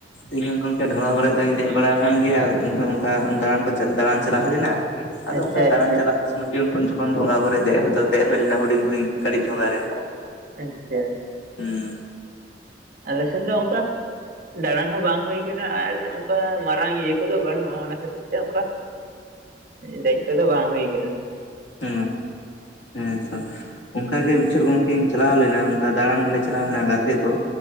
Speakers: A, on the left; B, on the right.
A: ᱤᱧᱦᱚ ᱜᱚᱝᱠᱮ ᱰᱷᱚᱸᱜᱟ ᱠᱚᱨᱮ ᱫᱚᱧ ᱫᱮᱡ ᱵᱟᱲᱟ ᱟᱠᱟᱱ ᱜᱮᱭᱟ ᱤᱧ ᱦᱚᱸ ᱚᱱᱠᱟ ᱫᱟᱬᱟᱱ ᱠᱚ ᱫᱟᱬᱟᱱ ᱠᱚ ᱪᱟᱞᱟ ᱦᱩᱭ ᱞᱮᱱᱟ ᱟᱫᱚ
B: ᱟᱪᱪᱷᱟ
A: ᱚᱱᱠᱟ
B: ᱟᱪᱪᱷᱟ
A: ᱫᱟᱬᱟᱱ ᱪᱟᱞᱟᱜ ᱥᱚᱢᱚᱭ ᱜᱮ ᱩᱱ ᱡᱚᱠᱷᱚᱱ ᱰᱷᱚᱸᱜᱟ ᱠᱚᱨᱮ ᱫᱮᱡ ᱦᱚᱛᱚ ᱫᱮᱡ ᱦᱩᱭ ᱞᱮᱱᱟ ᱦᱩᱰᱤᱧ ᱦᱩᱰᱤᱧ ᱠᱟᱹᱴᱤᱡ ᱰᱷᱚᱸᱜᱟ ᱨᱮ
B: ᱫᱮᱡ ᱜᱮ
A: ᱦᱩᱸ
B: ᱟᱞᱮ ᱥᱮᱱ ᱫᱚ ᱚᱱᱠᱟ ᱫᱟᱬᱟᱱ ᱦᱚᱸ ᱵᱟᱝ ᱦᱩᱭ ᱟᱠᱟᱱᱟ ᱟᱨ ᱚᱱᱠᱟ ᱢᱟᱨᱟᱝ ᱤᱭᱟᱹ ᱠᱚᱫᱚ ᱵᱟᱹᱱᱩᱜ-ᱟ ᱚᱱᱟ ᱠᱷᱟᱹᱛᱤᱨ ᱛᱮ ᱚᱱᱠᱟ ᱫᱮᱡ ᱠᱚᱫᱚ ᱵᱟᱝ ᱦᱩᱭ ᱠᱟᱱᱟ
A: ᱚ ᱦᱮᱸᱛᱚ ᱚᱱᱠᱟ ᱜᱮ ᱢᱤᱫᱪᱚᱴᱷᱚᱴ ᱜᱚᱝᱠᱮᱧ ᱪᱟᱞᱟᱣ ᱞᱮᱱᱟ ᱚᱱᱠᱟ ᱫᱟᱬᱟᱱ ᱜᱮᱞᱮ ᱪᱟᱞᱟᱣ ᱞᱮᱱᱟ ᱜᱟᱛᱮ ᱠᱚ